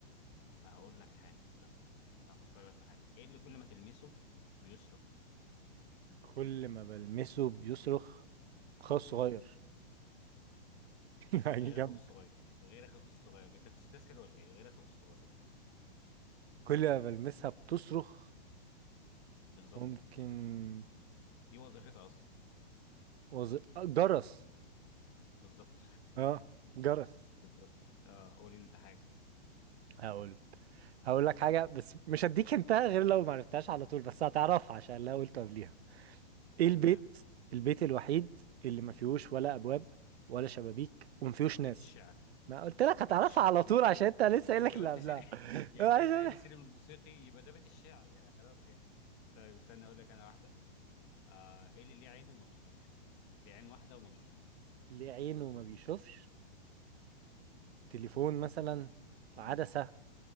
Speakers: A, on the left (about 25°); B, on the right (about 80°).
A: هقول لك حاجة استنى هفكر لك في حاجة ايه اللي كل ما تلمسه بيصرخ
B: كل ما بلمسه بيصرخ خاص صغير
A: امم
B: <laughs> هيجي
A: غير
B: جنب
A: اخوك الصغير غير اخوك الصغير انت تستسهل ولا ايه غير اخوك الصغير
B: كل ما بلمسها بتصرخ
A: بالظبط
B: ممكن
A: دي وظيفتها اصلا
B: وز... آه، جرس
A: بالظبط
B: اه جرس
A: <laughs> بالظبط اه قول انت حاجة
B: هقول هقول لك حاجة بس مش هديك انتهى غير لو ما عرفتهاش على طول بس هتعرفها عشان لا قلت قبليها ايه البيت
A: تمام
B: البيت الوحيد اللي ما فيهوش ولا ابواب ولا شبابيك وما فيهوش
A: بيت
B: ناس
A: الشعر
B: ما قلت لك هتعرفها
A: بيت الشعر
B: على طول
A: انت ايه
B: عشان انت لسه قايل
A: انت
B: لك
A: قلت
B: اللي قبلها
A: سلم <laughs>
B: <laughs>
A: يعني
B: عشان-
A: انت لسه قايل السلم الموسيقي يبقى ده بيت الشعر يعني خلاص يعني طيب استنى اقول لك انا واحدة آه ايه اللي ليه عين وما بيشوفش ليه عين واحدة وما بيشوفش
B: ليه عينه ما بيشوفش تليفون مثلا عدسة
A: امم